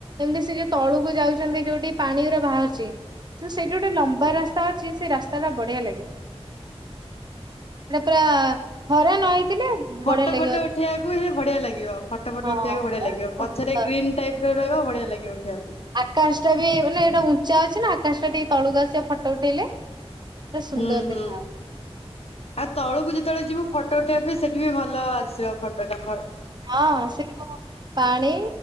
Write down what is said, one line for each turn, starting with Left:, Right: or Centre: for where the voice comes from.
Right: ଏମିତି ସେ ଯୋଉ ତଳୁକୁ ଯାଉଛନ୍ତି ଯୋଉଠି ପାଣିଉରା ବାହାରୁଚି। ତ ସେଇଠି ଗୋଟେ ଲମ୍ବା ରାସ୍ତା ଅଛି ସେ ରାସ୍ତା ଟା ବଢିଆ ଲାଗେ। ସେଟା ପୁରା ହରା ନ ହେଇଥିଲେ
Left: ଫଟୋ
Right: ବଢିଆ ଲାଗିବ।
Left: ଫଟ ଉଠେଇବାକୁ
Right: ଯିବାକୁ।
Left: ହି ବଢିଆ ଲାଗିବ ଫଟୋ ଫଟୋ
Right: ହଁ।
Left: ଉଠେଇବାକୁ ବଢିଆ
Right: ପା
Left: ଲାଗିବ। ପଛରେ
Right: ସୁନ୍ଦର।
Left: ଗ୍ରୀନ୍ ଟାଇପ ର ରହିବ ବଢିଆ ଲାଗିବ ଉଠେଇବା ପାଇଁ।
Right: ଆକାଶ ଟା ବି ମାନେ ଏଇଟା ଉଁଚା ଅଛି ନା ଆକାଶ ଟା ଟିକେ ତଳୁକୁ ଆସିବ ଫଟୋ ଉଠେଇଲେ। ପୁରା ସୁନ୍ଦର
Left: ହୁଁ ହୁଁ।
Right: ଦେଖା
Left: ଆ ତଳକୁ ଯେତେବେଳେ ଯିବୁ ଫଟୋ ଉଠେଇବା ପାଇଁ ସେଠି ବି ଭଲ ଆସିବ ଫଟୋଟାଙ୍କର
Right: ହଁ ସେ ଯୋଉ ପାଣି